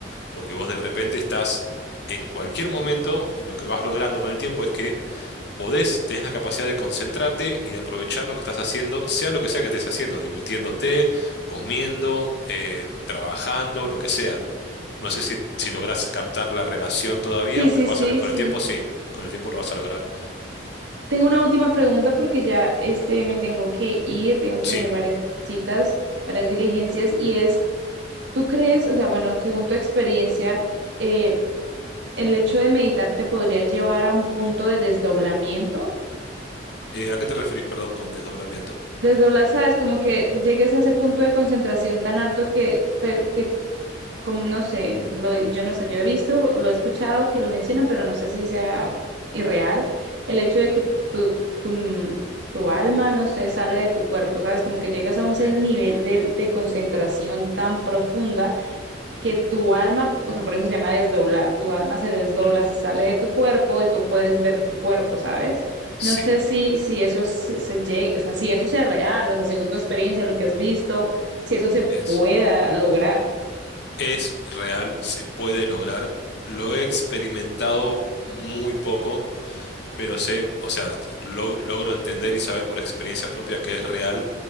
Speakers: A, on the left; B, on the right.
A: porque vos de repente estás, en cualquier momento, lo que vas logrando con el tiempo es que podés, tenés la capacidad de concentrarte y de aprovechar lo que estás haciendo, sea lo que sea que estés haciendo, divirtiéndote, comiendo, eh, trabajando, lo que sea. No sé si, si lográs captar la relación todavía,
B: Sí,
A: pero
B: sí,
A: vas
B: sí,
A: a ver que con
B: sí.
A: el tiempo sí, con el tiempo lo vas a lograr.
B: Tengo una última pregunta porque ya este me tengo que ir, tengo
A: Sí.
B: que hacer varias citas, varias diligencias y es ¿Tú crees, o sea, bueno, según tu experiencia, eh, el hecho de meditar te podría llevar a un punto de desdoblamiento?
A: Eh, ¿a qué te referís, perdón, con desdoblamiento?
B: Desdoblar, ¿sabes? Como que llegues a ese punto de concentración tan alto que, pe- que como no sé, lo- yo no sé, yo he visto, lo he escuchado que lo mencionan, pero no sé si sea irreal,
A: Mm,
B: el hecho de que tu, tu, mm, tu alma, no sé, sale de tu cuerpo, ¿sabes? Como que llegas a ese
A: eh,
B: nivel de, de concentración tan profunda
A: mm,
B: que tu alma, o sea, por eso se llama desdoblar, tu alma se desdobla,
A: mm,
B: se sale de tu cuerpo y tú puedes ver tu cuerpo, ¿sabes?
A: sí,
B: No sé si, si eso se, se llegue- o sea, si eso sea real, o sea, según tu experiencia, lo que has visto, si eso se
A: es,
B: pueda lograr,
A: es real, se puede lograr. Lo he experimentado muy poco pero sé, o sea, lo- logro entender y saber por experiencia propia que es real